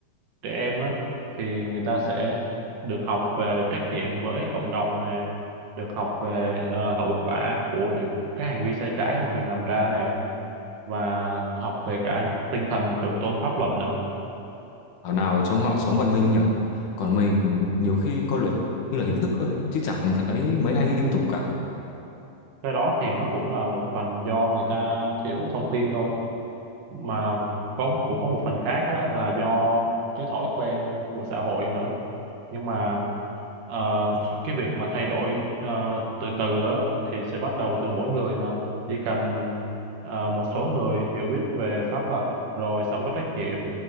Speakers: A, on the right; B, on the left.
A: trẻ em á thì người ta sẽ được học về trách nhiệm với cộng đồng nè được học về ờ, hậu quả của những cái hành vi sai trái mà mình làm ra nè và học về cả tinh thần thượng tôn pháp luật nữa
B: thảo nào trong họ sống văn minh nhở còn mình nhiều khi coi luật như là hình thức thôi chứ chẳng thấy mấy ai nghiêm túc cả
A: cái đó thì nó cũng là một phần do người ta thiếu thông tin thôi mà có cũng có một phần khác á, là do cái thói quen của xã hội nữa nhưng mà ờ, cái việc mà thay đổi ờ, từ từ á, thì sẽ bắt đầu từ mỗi người mà chỉ cần ờ, một số người hiểu biết về pháp luật rồi sống có trách nhiệm